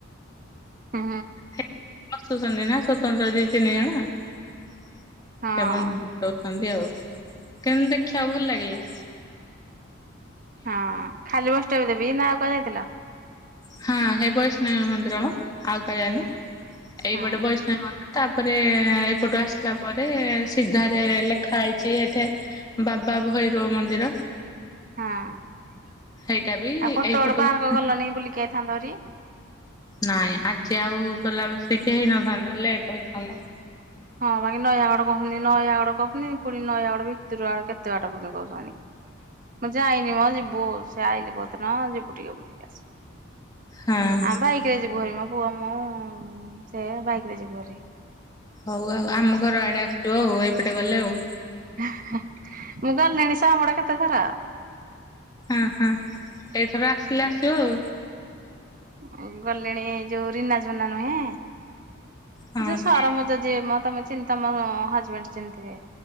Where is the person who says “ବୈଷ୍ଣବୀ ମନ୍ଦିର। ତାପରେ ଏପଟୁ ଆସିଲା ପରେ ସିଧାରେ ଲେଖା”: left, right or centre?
Left